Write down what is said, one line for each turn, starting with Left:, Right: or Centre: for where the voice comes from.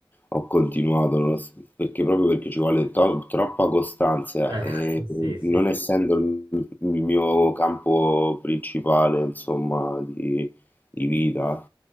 Left: ho continuato nonos- perché proprio perché ci vuole to- troppa costanza
Right: Eh,
Left: e
Right: <laughs> sì, sì.
Left: non essendo il, il mio campo principale, insomma, di, di vita,